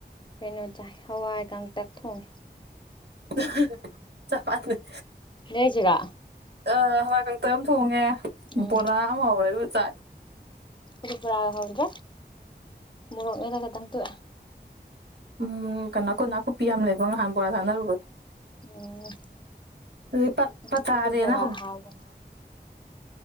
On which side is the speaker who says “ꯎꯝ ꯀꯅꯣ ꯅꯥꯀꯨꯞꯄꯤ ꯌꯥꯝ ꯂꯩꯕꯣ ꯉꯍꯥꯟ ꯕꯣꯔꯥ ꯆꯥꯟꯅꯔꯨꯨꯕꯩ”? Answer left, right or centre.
Right